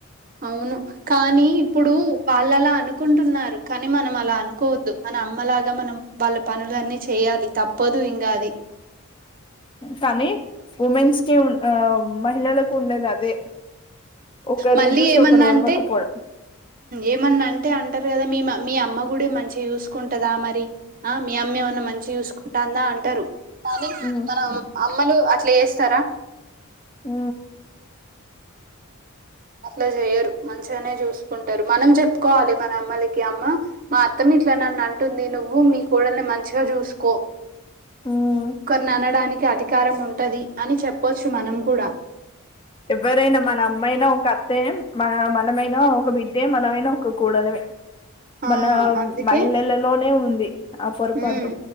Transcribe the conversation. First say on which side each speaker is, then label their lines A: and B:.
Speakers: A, on the right (about 40°); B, on the left (about 25°).
A: అవును కానీ ఇప్పుడు వాళ్ళ అలా అనుకుంటున్నారు కానీ మనం అలా అనుకోవద్దు మన అమ్మలాగా మనం వాళ్ళ పనులన్నీ చేయాలి తప్పదు ఇంకా అది
B: కానీ ఉమెన్స్ కి ఉ ఆ మహిళలకు ఉండేది అదే ఒకరిని
A: మళ్ళీ
B: చూసి
A: ఏమన్నా
B: ఒకరు ఓర్వకపోవడం
A: అంటే ఏమన్నా అంటే అంటే అంటారు కదా మీ మీ అమ్మ కూడా మంచి చూసుకుంటందా మరి ఆ మీ అమ్మ ఏమన్న మంచి చూసుకుంటాందా అంటారు కానీ
B: ఉమ్
A: మన అమ్మలు అట్లా చేస్ సారా
B: ఆ
A: అట్లా చేయరు మంచిగానే చూసుకుంటారు మనం చెప్ కోవాలి మన అమ్మలకి అమ్మ మా అత్తం ఇట్లా నన్ను అంటుంది నువ్వు మీ కోడల్ని మంచిగా చూసుకో
B: ఉమ్
A: కర్ననడానికి అధికారం ఉంటది అని చెప్పొచ్చు మనం కూడా
B: ఎవరైనా మన అమ్మాయినా ఒక అత్త మన మనమైనా ఒక బిడ్డే మనమైనా ఒక కూడలమే
A: ఆ
B: మన
A: అందుకే
B: మహిళలలోనే ఉంది ఆ పొరపాటు
A: ఉమ్